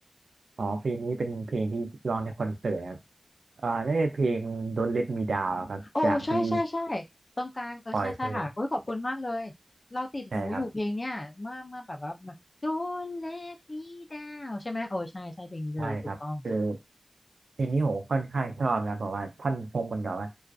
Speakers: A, on the right; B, on the left.
A: อ๋อเพลงนี้เป็นเพลงที่ร้องในคอนเสิร์ตครับอ่าได้เพลง Don't Let Me Down ครับจากที่
B: โอ้โอ้ใช่ใช่ใช่ตรงกลางเออใช่ใช่ค่ะโอ้ยขอบคุณมากเลยเราติดหูอยู่เพลงเนี้ยเมื่อเมื่อแบบว่า
A: ปอยพูดใช่ครับ
B: Don't let me down ใช่ไหมโอ้ใช่ใช่เพลงนี้เลยถูกต้อง
A: ใช่ครับเออ ทีนี้ผมค่อนข้างชอบนะเพราะว่าท่อนพงมันแบบว่า